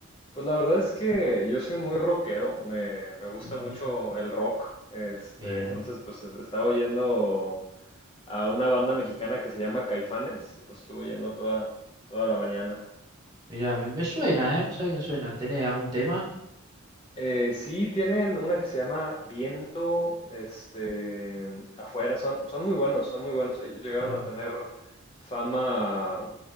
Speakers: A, on the left; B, on the right.
A: Pues la verdad es que yo soy muy rockero, me, me gusta
B: Mm,
A: mucho el rock, este,
B: Bien.
A: entonces pues estaba oyendo a una banda mexicana que se llama Caifanes y lo estuve oyendo toda, toda la mañana.
B: Mira, me, me suena, ¿eh? ¿Sabes que me suena? ¿Tenés algún tema?
A: Eh, sí, tienen una que se llama Viento, este, afuera, son, son muy buenos, son muy buenos. Ellos llegaron
B: Claro.
A: a tener fama,